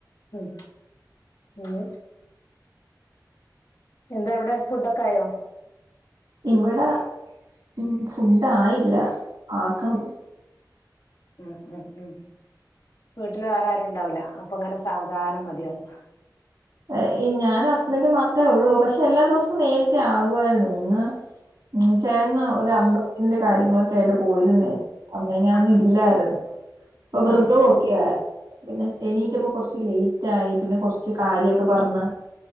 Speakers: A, on the left (about 85°); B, on the right (about 80°).
A: ഉം ഉം എന്താ അവ്ടെ ഫുഡൊക്കായോ
B: ഇവടെ ഫു ഫുഡായില്ല ആക്കണം
A: ഉം ഉം ഉം വീട്ടില് വേറെ ആരുണ്ടാവുല അപ്പൊങ്ങനെ സാവധാനം മതിയാവും.
B: ഏഹ് ഇ ഞാനും ഹസ്ബന്റും മാത്രേ ഒള്ളൂ പക്ഷെ എല്ലാ ദിവസവും നേരത്തെ ആകുവായിരുന്നു ഇന്ന് ഉം ചേട്ടന് ഒരു അമ്പത്തിന്റെ കാര്യങ്ങളൊക്കെ ആയിട്ട് പോയിരുന്നേ അമിഞാന്നും
A: ആഹ് ആഹ്
B: ഇല്ലായിരുന്നു അപ്പൊ വ്രതൊക്കെയ
A: ആഹ്
B: പിന്നെ എണീറ്റപ്പൊ കൊർച്ച് ലേറ്റ് ആയി പിന്നെ കൊർച്ച് കാര്യൊക്കെ പറഞ്